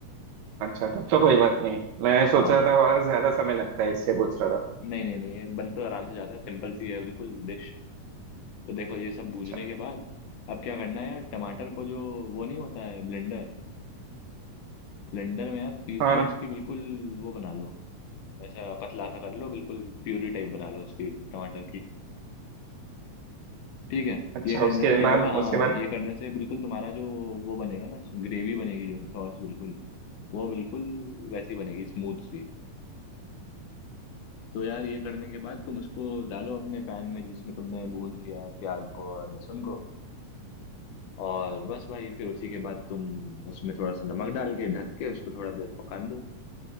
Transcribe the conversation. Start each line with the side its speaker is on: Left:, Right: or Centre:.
Right: अच्छा तब तो कोई बात नहीं मैं सोच
Left: हाँ
Right: रहा था और ज्यादा समय लगता है इससे पूछ रहा था
Left: नहीं नहीं नहीं ये बन तो आराम से जाता है सिंपल सी है बिल्कुल डिश तो देखो ये सब भूनने
Right: अच्छा
Left: के बाद अब क्या करना है यार टमाटर को जो वो नहीं होता है ब्लेंडर ब्लेंडर में यार पीस
Right: हाँ
Left: लो उसकी बिल्कुल वो बना लो ऐसा पतला सा कर लो बिल्कुल प्यूरी टाइप बना लो उसकी टमाटर की ठीक है
Right: अच्छा
Left: ये करने
Right: उसके
Left: से क्या
Right: बाद
Left: होगा हाँ
Right: उसके बाद
Left: ये करने से बिल्कुल तुम्हारा जो वो बनेगा ना ग्रेवी बनेगी जो सॉस बिल्कुल वो बिल्कुल वैसी बनेगी स्मूथ सी तो यार ये करने के बाद तुम उसको डालो अपने पैन में जिसमें तुमने भून लिया है प्याज को और लहसुन को और बस भाई फिर उसी के बाद तुम उसमें थोड़ा सा नमक डाल के ढक के उसको थोड़ा देर पकाने दो